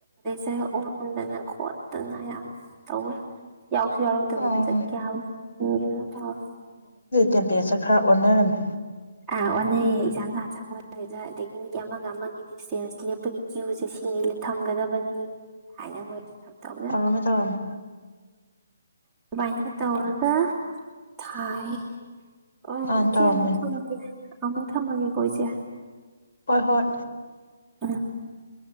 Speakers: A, in the centre; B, on the left (about 45°).
A: ꯑꯣꯟꯗꯅ ꯈꯣꯠꯇꯅ ꯌꯥꯝ ꯇꯧꯋꯦ ꯌꯥꯎꯁꯨ ꯌꯥꯎꯔꯛꯇꯕꯗꯨꯗ
B: ꯑꯣ
A: ꯀꯌꯥꯝ ꯇꯧꯋꯦ
B: ꯇꯦꯝꯄꯦꯌꯦꯆꯔ ꯈꯔ ꯑꯣꯟꯅꯔꯝꯃꯦ
A: ꯑ ꯑꯣꯟꯅꯩꯌꯦ <unintelligible> ꯑꯗꯒꯤ ꯃꯤꯒꯤ ꯑꯃꯒ ꯑꯃꯒꯤ ꯗꯤꯁꯇꯦꯟꯁ ꯂꯦꯞꯄꯒꯤ ꯀ꯭ꯌꯨꯖꯦ ꯁꯤꯉꯩ ꯊꯝꯒꯗꯕꯅꯤ ꯀꯥꯏꯅ ꯃꯣꯏ ꯇꯧꯅ
B: ꯇꯧꯔꯝꯃꯦ ꯇꯧꯔꯝꯃꯦ
A: ꯑꯗꯨꯃꯥꯏꯅꯒ ꯇꯧꯔꯒ ꯊꯥꯏ ꯑꯣ
B: ꯃꯥꯅ
A: ꯏꯆꯦ
B: ꯇꯧꯔꯝꯕꯅꯤ
A: ꯑꯃꯨꯛ ꯊꯝꯃꯒꯦ ꯑꯃꯨꯛ ꯊꯝꯃꯒꯦꯀꯣ ꯏꯆꯦ
B: ꯍꯣꯏ ꯍꯣꯏ
A: <inaudible>